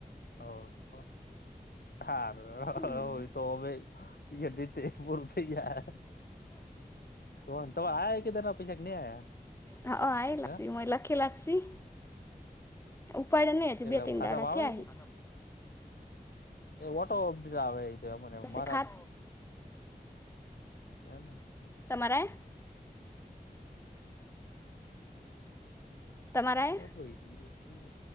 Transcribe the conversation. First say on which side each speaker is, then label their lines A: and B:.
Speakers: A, on the left; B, on the left.
A: હ હ હારુ
B: હમ
A: હો હોય તો ઈયન રીતે હવે પૂરું થઈ જાહે કોણ તમાર આયા એકેદાર ના પૈસા આયા કે નહીં આયા.
B: હ અ આયલા
A: હે
B: સે મોએ લખેલા સી ઉપાડે નહી
A: એટલે
B: બે
A: આમ
B: ત્રણ
A: ખાતામાં
B: દાડા થયા
A: આવે
B: હી
A: એક ઓટો અબ આવે તો એમન
B: હશે
A: મારા
B: ખાત
A: એમ
B: તમાર આયા તમારા આયા
A: અ <unintelligible> કી